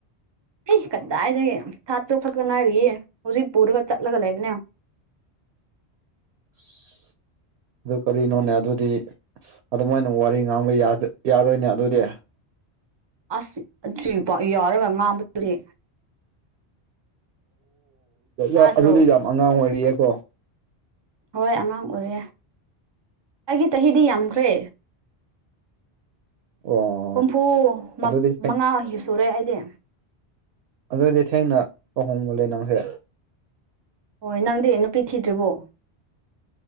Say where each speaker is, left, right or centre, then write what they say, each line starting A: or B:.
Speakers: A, on the right; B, on the right.
A: ꯑꯩ ꯀꯗꯥꯏꯗꯒꯤ ꯊꯥ ꯇꯔꯨꯛ ꯈꯛꯇ ꯉꯥꯏꯔꯤꯌꯦ ꯍꯧꯖꯤꯛ ꯄꯨꯔꯒ ꯆꯠꯂꯒ ꯂꯩꯕꯅꯦ꯫
B: <inaudible> ꯑꯗꯨ ꯀꯔꯤꯅꯣꯅꯦ ꯑꯗꯨꯗꯤ ꯑꯗꯨꯃꯥꯏꯅ ꯋꯥꯔꯤ ꯉꯥꯡꯕ ꯌꯥꯔꯣꯏꯅꯦ ꯑꯗꯨꯗꯤ꯫
A: ꯑꯁ ꯑꯗꯨ <unintelligible> ꯌꯥꯔꯒ ꯉꯥꯡꯕꯗꯨꯗꯤ꯫ ꯇꯥꯗ꯭ꯔꯣ
B: ꯑꯣ ꯑꯗꯨꯗꯤ ꯌꯥꯝ ꯑꯉꯥꯡ ꯑꯣꯏꯔꯤꯌꯦꯀꯣ꯫
A: ꯍꯣꯏ ꯑꯉꯥꯡ ꯑꯣꯏꯔꯦ ꯑꯩꯒꯤ ꯆꯍꯤꯗꯤ ꯌꯥꯝꯈ꯭ꯔꯦ꯫
B: ꯑꯣ
A: ꯍꯨꯝꯐꯨ
B: ꯑꯗꯨꯗꯤ
A: ꯃꯉꯥ ꯁꯨꯔꯦ ꯑꯩꯗꯤ꯫
B: ꯑꯗꯨꯗꯤ ꯊꯦꯡꯅ ꯂꯨꯍꯣꯡꯃꯟꯂꯦ ꯅꯪꯁꯦ꯫
A: ꯍꯣꯏ ꯅꯪꯗꯤ ꯅꯨꯄꯤ ꯊꯤꯗ꯭ꯔꯤꯕꯣ?